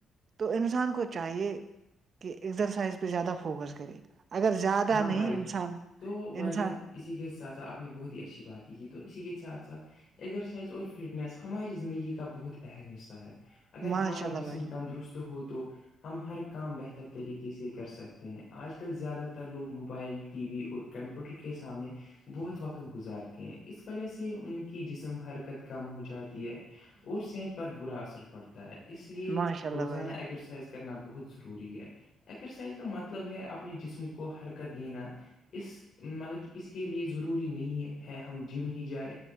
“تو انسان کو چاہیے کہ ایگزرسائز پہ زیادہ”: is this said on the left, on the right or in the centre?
Right